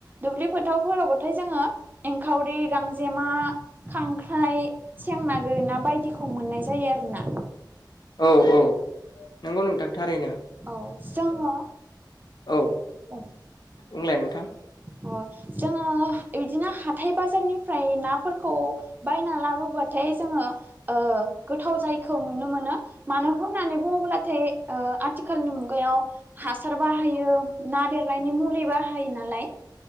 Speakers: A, on the right (about 25°); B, on the left (about 60°).
A: दुब्लि फोथावफोरबाथाय जोंङो एंखावरि गांजेमा खांख्राइ सें ना गोरि ना बायदिखौ मोननाय जायो आरोोना
B: औ औ नंगौ नोंथां थारैनो
A: औ जोङो
B: औ
A: बुं
B: बुगलाय
A: अ जोंङो बिदिनो हाथाय बाजारनिफ्राय नाफोरखौ बायना लाबोबाथाय जोङो गोथाव जायैखौ नुनो मोनो मानो होननानै बुङोब्लाथाय आथिखालनि मुगायाव हासार बाहायो ना देरनायनि मुलि बाहायो नालाय